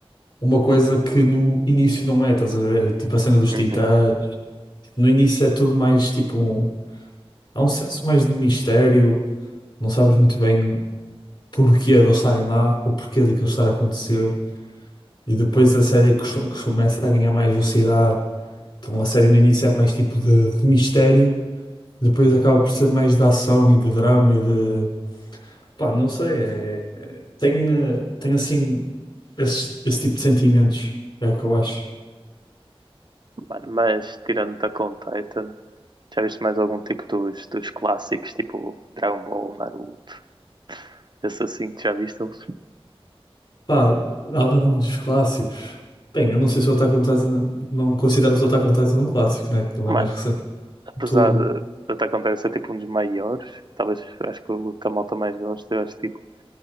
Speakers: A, on the left; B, on the right.
A: uma coisa que no início não é, estás a ver? Tipo a cena dos
B: Uhum.
A: titãs. Tipo, no início é tudo mais tipo. um- Há um senso mais de mistério, não sabes muito bem porquê de eles estarem lá, o porquê de aquilo estar a acontecer. E depois a série costum- começa a ganhar mais velocidade. Então a série no início é mais tipo de, de mistério, depois acaba por ser mais de ação e de drama e de. Pá, não sei, é, é- tem, eh, tem assim esse, esse tipo de sentimentos, é o que eu acho.
B: Mano, mas tirando da on Titan, já viste mais algum tipo dos, dos clássicos, tipo Dragon Ball, Naruto, esse assim que já viste eles?
A: Pá, algum dos clássicos. Bem, eu não sei se o Attack on Titan. Não considero o Attack on Titan um clássico, né? Porque ele
B: Mano,
A: é mais recente.
B: apesar
A: Tu.
B: de, de Attack on Titan ser tipo um dos maiores, talvez acho que o que a malta mais gosta, eu acho tipo